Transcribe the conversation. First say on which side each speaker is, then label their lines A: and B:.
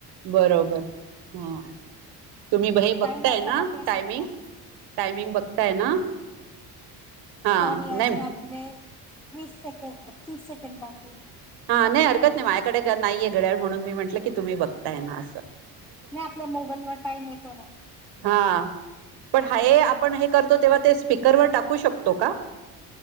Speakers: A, on the right; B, in the centre.
A: बरोबर हा तुम्ही बहे
B: काही
A: बघताय
B: नसलं
A: ना
B: तर ते सोपं
A: टायमिंग टायमिंग बघताय ना हा
B: तर याजून
A: नाही
B: आपले वीस सेकंड तीस सेकंड दाखव
A: हा नाही हरकत नाही माझ्याकडे नाहीये घड्याळ म्हणून मी म्हटलं की तुम्ही बघताय ना असं
B: नाही आपल्या मोबाईलवर टाईम येतो ना
A: हा पण हाय आपण हे करतो तेव्हा ते स्पीकरवर टाकू शकतो का